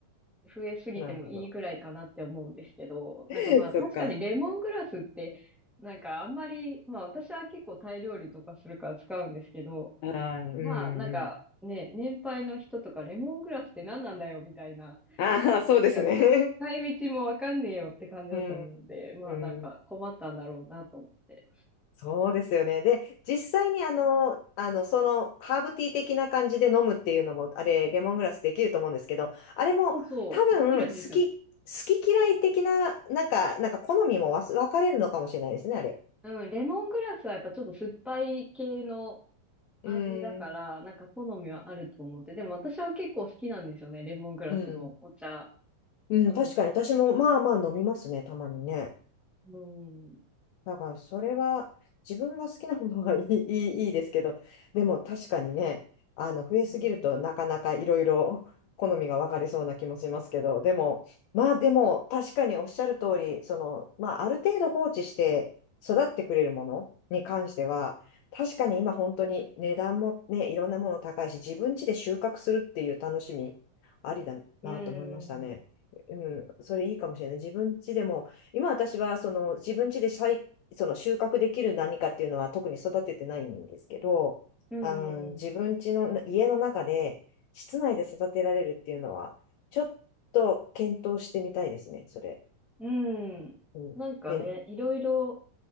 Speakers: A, in the centre; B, on the left.
A: 増えすぎてもいいぐらいかなって思うんですけど、
B: なるほど。<laughs>
A: なんかまあ確かにレモングラスって、
B: そっか。
A: なんかあんまり、まあ私は結構タイ料理とかするから使うんですけど、
B: ああ、うん、うん。
A: まあなんかね、年配の人とかレモングラスって何なんだよみたいな、
B: ああ、そうですね。
A: なんか、
B: <laughs>
A: 使い道もわかんねえよって感じだと思うんで、
B: うん、
A: まあなんか困ったんだろうなと思って。
B: うん。そうですよね。で、実際にあの、あの、その、ハーブティー的な感じで飲むっていうのも、あれ、レモングラスできると思うんですけど、あれも多分、
A: そうそう、できるんですよ。
B: 好き、好き嫌い的な、なんか、なんか好みもわす分かれるのかもしれないですね、あれ。
A: うん、レモングラスはやっぱちょっと酸っぱい系の
B: うーん、
A: 味だから、なんか好みはあると思って。でも私は結構好きなんですよね、レモングラスのお茶。
B: うん、うん、
A: うん、
B: 確かに私も、まあまあ飲みますね、たまにね。
A: うん、
B: だから、それは自分が好きなものは <laughs> いい、いい、いいですけど、でも確かにね、あの、増えすぎるとなかなかいろいろ
A: うん、
B: <laughs> 好みが分かれそうな気もしますけど、でも、まあでも確かにおっしゃる通り、その、まあある程度放置して育ってくれるものに関しては、確かに今本当に値段もね、いろんなもの高いし、自分家で収穫するっていう楽しみ、ありだなと思いましたね。
A: うん、うん、
B: うん、それいいかもしれない。自分家でも今私はその自分家で栽その収穫できる何かっていうのは特に育ててないんですけど、
A: うん。
B: あの自分家の家の中で室内で育てられるっていうのは、ちょっと検討してみたいですね、それ。
A: うんなんかね、
B: うん。で、
A: いろいろ、